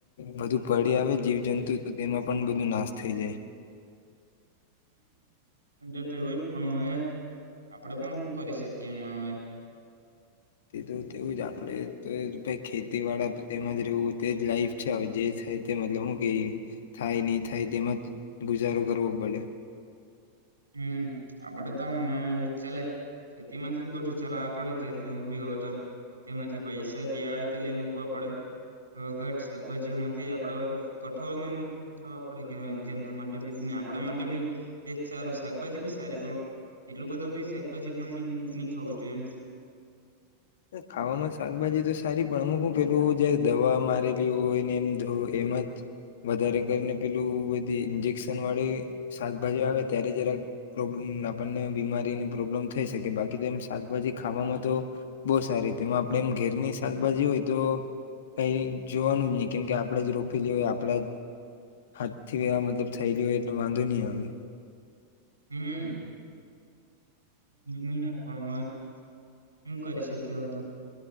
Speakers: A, on the left (about 60°); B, on the right (about 80°).
A: બધું પડી આવે જીવ જંતુ તો તેમાં પણ બધું નાશ થઈ જાય.
B: એ તો એવું જ પણ હવે આપડે પણ શું કરી શકીએ એમાં હવે,
A: તો તેવું જ આપણેે તો ખેતી વાળા તેમાંજ રહેવું તે જ લાઈફ છે, હવે જે થાય તે મતલબ હું, કે થાય નહી થાય તેમાં જ ગુજારો કરવો પડે,
B: હમ આપડે તો હણા એવું ચા ખેતી માંથી જ બધું ચલાવવા પડે ઘેર ઉભી હોય તો તેમાંથી પૈસા જે આવે તે લઈ મુૂકવા પડે વ શાકભાજીઓ માંથી આપડો તો, કઠોર ને એવું ખાવા પડે ઘરના માટેીને આપણા માટે ભી, સારું શાકભાજી બી સારી પણ એટલું બધું બી શાકભાજી પણ નહી ખાવું જોું, એમ
A: ખાવામાં શાકભાજી તો સારી પણ અમુક પેલું જ દવા મારેલી હોયને એમ ધ એમ જ વધારે કરીને પેલું બધી ઇન્જેક્શન વાળી શાકભાજી આવે ત્યારે જરાક પ્રોબ્લેમ આપણને બીમારીને પ્રોબ્લેમ થઈ શકે બાકી તો એમ શાકભાજી, ખાવામાં તો બહુ સારી તેમાં આપણે એમ ઘેર ની શાકભાજી હોય તો, કઈ જોવાનું જ નહી, કેમકે આપણે જ રોપેલી હોય આપણા હાથથી મતલબ થયલી હોય એટ વાંધો નહી, આવે
B: હમ નહી હવે હું કરી શક્યો હતો